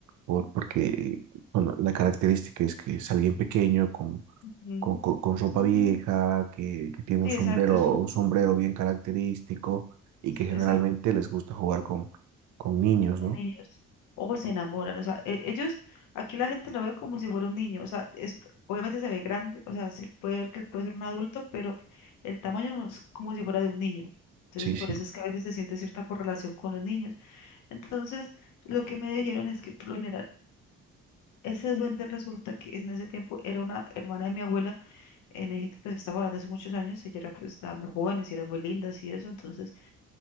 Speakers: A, on the right (about 70°); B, on the left (about 90°).
A: Por, porque, bueno, la característica es que es alguien pequeño con,
B: Ujú.
A: con- con ropa
B: Es un,
A: vieja, que, que tiene
B: Sí,
A: un sombrero,
B: exacto, es un,
A: un sombrero bien característico y que generalmente
B: exacto.
A: les gusta jugar con, con niños,
B: son
A: ¿no?
B: niños o se enamoran, o sea, e- ellos, aquí la gente lo ve como si fuera un niño, o sea, es, obviamente se ve grande, o sea, sí puede ver que puede ser un adulto, pero el tamaño no es como si fuera de un niño. Entonces,
A: Sí, sí.
B: por eso es que a veces se siente cierta correlación con los niños. Entonces, lo que me dijeron es que por lo general, ese duende resulta que en ese tiempo era una hermana de mi abuela, en ese pues estaba hablando hace muchos años, ella era, pues, estaba muy jóvenes y eran muy lindas y eso, entonces